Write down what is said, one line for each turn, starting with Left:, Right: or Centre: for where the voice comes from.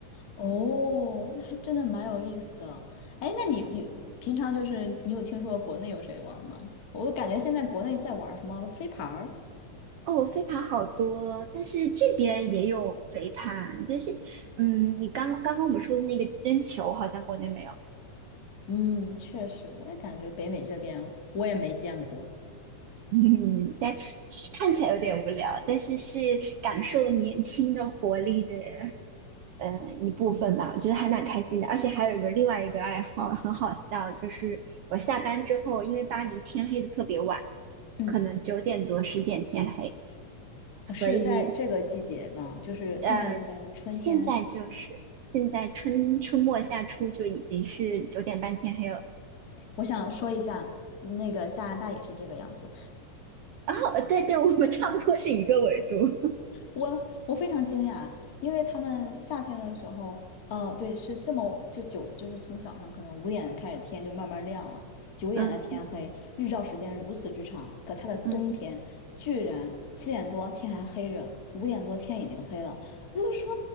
Left: 哦，那还真的蛮有意思的。哎，那你你平常就是你有听说过国内有谁玩吗？我感觉现在国内在玩什么飞盘儿？
Right: 哦，飞盘好多，但是这边也有飞盘，但是，嗯，你刚刚刚我们说的那个扔球好像国内没有，
Left: 嗯，确实，我也感觉北美这边我也没见过。
Right: <laughs> 嗯，但是看起来有点无聊，但是是感受年轻的活力的，呃，一部分吧，我觉得还蛮开心的，而且还有一个另外一个爱好很好笑，就是我下班之后，因为巴黎天黑的特别晚，
Left: 嗯，
Right: 可能九点多十点天黑。所以。
Left: 是在这个季节吗？就是现在应该春天。
Right: 呃，现在就是现在春春末夏初就已经是九点半天黑了。
Left: 我想说一下，那个加拿大也是这个样子。
Right: 然后，对对，我们差不多是一个纬度。<laughs>
Left: 我我非常惊讶，因为他们夏天的时候，呃，对，是这么就九，就是从早上可能五点开始天就慢慢亮了，九点的天黑，
Right: 嗯
Left: 日照时间如此之长。可它的冬天居然七点多天还黑着，
Right: 嗯。
Left: 五点多天已经黑了。我就说，